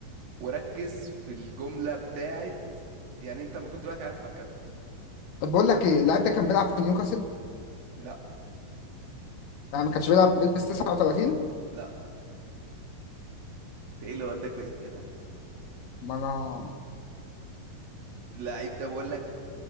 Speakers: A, on the right; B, on the left.
A: وركز في الجمله بتاعت يعني انت المفروض دلوقتي عارف مركزه
B: طب بقول لك ايه اللاعب ده كان بيلعب في نيوكاسل
A: لا
B: يعني ما كانش بيلعب بيلبس 39
A: لا انت ايه اللي وداك بعيد كده يا عم
B: ما انا
A: اللعيب ده بقول لك